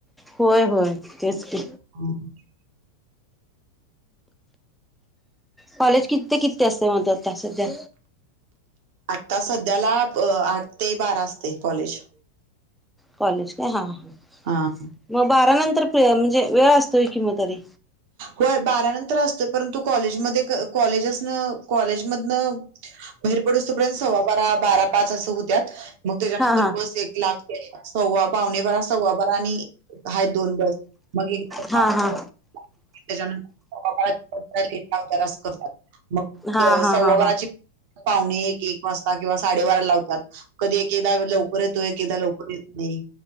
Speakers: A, in the centre; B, on the right (about 50°).
A: होय, होय. तेच की
B: <unintelligible>
A: कॉलेज किती ते किती असत. म ते आता सध्या
B: आत्ता सध्याला आठ ते बारा असते कॉलेज.
A: कॉलेज का हा हा.
B: हा.
A: मग बारा नंतर म्हणजे वेळ असतोय कि म तरी.
B: होय बारानंतर असतं परंतु कॉलेजमध्ये कॉलेजेसजन कॉलेजमधन बाहेर पडुस तोपर्यंत सव्वा बारा, बारा पाच असं होत्या मग त्याच्यानंतर
A: हा हा
B: बस एक लाख सव्वा, पावणे बरा, सव्वा बरा आणि आहेत दोन बस मग
A: हा
B: <inaudible> त्याचानं
A: हा
B: <inaudible> बारा <unintelligible> मग
A: हा हा
B: सव्वा
A: हा
B: बारची
A: हा.
B: <inaudible> पाहुणे एक, एक वाजता किंवा साडेबारा लावतात. कधी एकेदा लवकर येतो, एकेदा लवकर येत नाही.